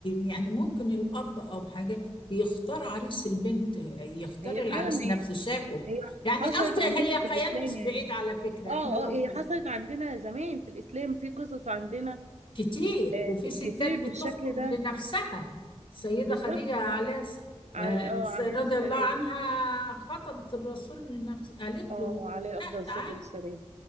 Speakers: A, on the left; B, on the right.
A: يعني ممكن الاب او حاجة بيختار عريس البنت يختار
B: هي
A: العريس
B: فعلا هي
A: نفسه شافه
B: هي
A: يعني
B: حصلت
A: قصدي
B: عندنا
A: هي خيال
B: في الاسلام
A: مش
B: يعني
A: بعيد على فكرة احنا
B: اه
A: لو
B: اه هي حصلت عندنا زمان في الاسلام في قصص عندنا
A: كتير
B: آه،
A: وفي ستات
B: كتير
A: بتخطب
B: بالشكل ده
A: لنفسها السيدة
B: بالظبط
A: خديجة عليها الس-
B: على
A: آه،
B: اه
A: الس-
B: عليه
A: رضي
B: السلام
A: الله عنها خطبت الرسول لنفسه قالت
B: اه
A: له
B: عليه
A: لا
B: افضل الصلاه
A: تعال
B: والسلام